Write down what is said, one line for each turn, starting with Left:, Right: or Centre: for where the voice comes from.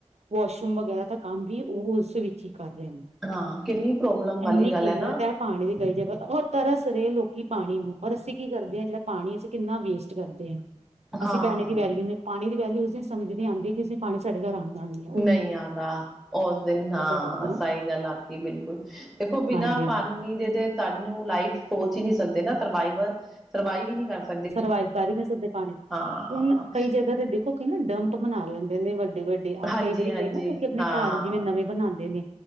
Right: ਵਾਸ਼ਰੂਮ ਵਗੈਰਾ ਦਾ ਕੰਮ ਵੀ ਉਹ ਉਸ ਵਿੱਚ ਹੀ ਕਰ ਰਹੇ ਨੇ।
Centre: ਹਾਂ ਕਿੰਨੀ ਪ੍ਰੋਬਲਮ ਵਾਲੀ
Right: ਇੰਨੀ
Centre: ਗੱਲ
Right: ਕਿੱਲਤ
Centre: ਹੈ ਨਾ।
Right: ਪਾਣੀ ਦੀ ਕਈ ਜਗ੍ਹਾ ਉਹ ਤਰਸ ਰਹੇ ਲੋਕੀ ਪਾਣੀ ਨੂੰ ਔਰ ਅਸੀਂ ਕੀ ਕਰਦੇ ਹਾਂ ਜਿਹੜਾ ਪਾਣੀ ਅਸੀਂ ਕਿੰਨਾ ਵੇਸਟ ਕਰਦੇ ਹਾਂ ਅਸੀਂ
Centre: ਹਾਂ
Right: ਪਾਣੀ ਦੀ ਵੈਲਿਊ ਨੂੰ ਪਾਣੀ ਦੀ ਵੈਲਊ ਅਸੀਂ ਸਮਝ ਨਹੀਂ ਆਂਦੀ ਕਿ ਅਸੀਂ ਪਾਣੀ ਸਾਡੇ ਘਰ ਆਂਦਾ ਨਹੀਂ।
Centre: ਨਹੀਂ ਆਂਦਾ ਉਸ ਦਿਨ ਹਾਂ
Right: ਐ ਸਾਡੇ ਲਈ ਨਾ
Centre: ਸਹੀ ਗੱਲ ਆਖੀ ਬਿਲਕੁਲ ਦੇਖੋ ਬਿਨਾਂ
Right: ਹਾਂਜੀ ਹਾਂਜੀ
Centre: ਪਾਣੀ ਦੇ ਤੇ ਸਾਨੂੰ ਲਾਈਫ ਸੋਚ ਹੀ ਨਹੀਂ ਸਕਦੇ ਨਾ ਸਰਵਾਈਵਰ ਸਰਵਾਈਵ ਹੀ ਨਹੀਂ ਕਰ ਸਕ
Right: ਸਰਵਾਈਵ ਕਰ ਹੀ ਨਹੀਂ ਸਕਦੇ ਪਾਣੀ
Centre: ਹਾਂ
Right: ਹੁਣ ਕਈ ਜਗ੍ਹਾ ਤੇ ਦੇਖ ਉਹ ਕਹਿੰ ਨਾ ਡੰਪ ਬਨਾ ਲੈਂਦੇ ਨੇ ਵੱਡੇ ਵੱਡੇ
Centre: ਹਾਂਜੀ
Right: ਕਈ ਵਾਰੀ
Centre: ਹਾਂਜੀ
Right: ਕਈ ਨਾ ਲੋਕ ਆਪਣੇ
Centre: ਹਾਂ
Right: ਘਰ ਜਿਵੇਂ ਨਵੇਂ ਬਣਾਂਦੇ ਨੇ।